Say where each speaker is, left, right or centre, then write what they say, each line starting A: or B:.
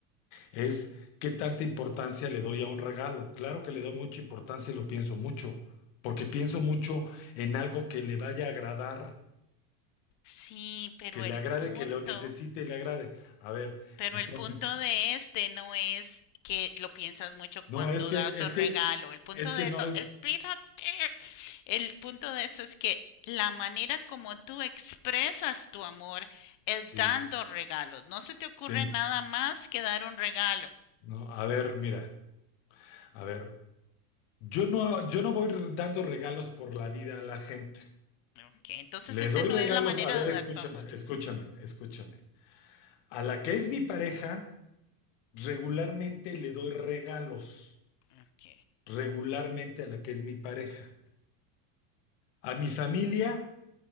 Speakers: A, on the left; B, on the left.
A: es qué tanta importancia le doy a un regalo. Claro que le doy mucha importancia y lo pienso mucho, porque pienso mucho en algo que le vaya a agradar,
B: Sí, pero
A: que le
B: el
A: agrade,
B: punto
A: que lo necesite y le agrade. A ver,
B: Pero
A: entonces,
B: el punto de este no es que lo piensas mucho
A: no,
B: cuando
A: es que,
B: das un
A: es que,
B: regalo. El punto
A: es que
B: de
A: no
B: esto,
A: es,
B: espírate. El punto de esto es que la manera como tú expresas tu amor es
A: sí,
B: dando regalos. No se te ocurre
A: sí,
B: nada más que dar un regalo.
A: no, a ver, mira, a ver, yo no, yo no voy dando regalos por la vida a la gente.
B: Ok, entonces
A: Le
B: esa
A: doy
B: no
A: regalos,
B: es la manera
A: a ver,
B: de
A: escúchame,
B: dar tu amor.
A: escúchame, escúchame. A la que es mi pareja, Regularmente le doy regalos,
B: Ok.
A: regularmente a la que es mi pareja. A mi familia